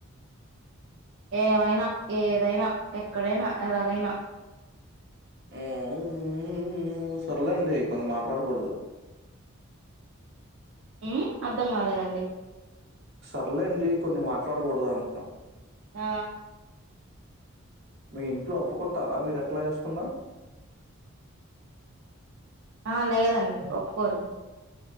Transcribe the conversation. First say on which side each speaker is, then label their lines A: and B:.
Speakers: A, on the right; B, on the right.
A: ఏవైనా, ఏదైనా, ఎక్కడైనా, ఎలాగైనా
B: ఉ ఉ ఊమ్ సర్లేండి కొన్ని మాట్లాడకూడదు.
A: ఉ అర్థం కాలేదండి.
B: సర్లేండి కొన్ని మాట్లాడకూడదు అంటన
A: ఆ
B: మీ ఇంట్లో ఒప్పుకుంటారా మీరు ఎట్లా ఏసుకున్న?
A: ఆ లేదండి ఒప్పుకోరు.